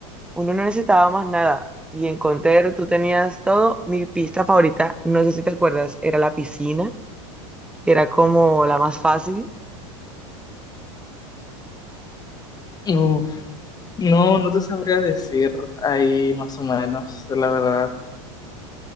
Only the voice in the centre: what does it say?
uno no necesitaba más nada. Y en Counter tú tenías todo. Mi pista favorita, no sé si te acuerdas, era la piscina, que era como la más fácil.